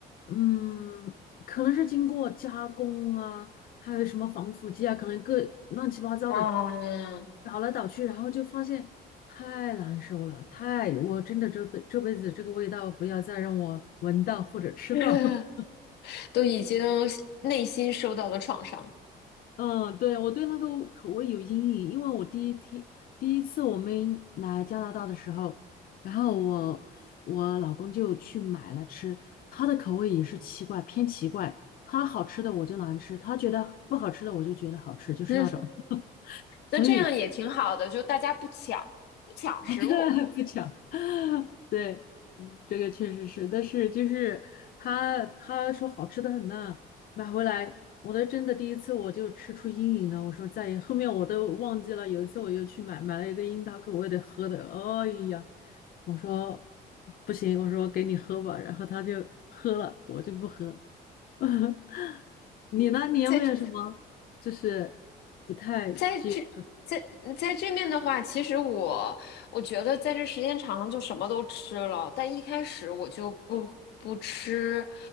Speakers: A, on the left; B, on the left.
A: 嗯，可能是经过加工啊，还有什么防腐剂啊，可能各乱七八糟的
B: 啊，
A: 倒来倒去，然后就发现太难受了，太，我真的这辈这辈子这个味道不要再让我闻到或者吃到。
B: <laughs>
A: <laughs>
B: 都已经内心受到了创伤，
A: 嗯，对，我对那个口味有阴影，因为我第一天第一次我们来加拿大的时候，然后我我老公就去买了吃，他的口味也是奇怪，偏奇怪，他好吃的我就难吃，他觉得不好吃的我就觉得好吃，就是那种，
B: 嗯，
A: <laughs> 所以
B: 那这样也挺好的，就大家不抢不抢食物。
A: <laughs> 不讲，对，嗯，这个确实是，但是就是他他说好吃的很呐，买回来，我都真的第一次我就吃出阴影了，我说再也后面我都忘记了，有一次我又去买买了一个樱桃口味的喝的，哎呀，我说不行，我说给你喝吧，然后他就喝了，我就不喝。<laughs> 你呢？你有没有什么就是
B: 在。
A: 不太接受的
B: 在这在在这面的话，其实我我觉得在这时间长了就什么都吃了，但一开始我就不不吃，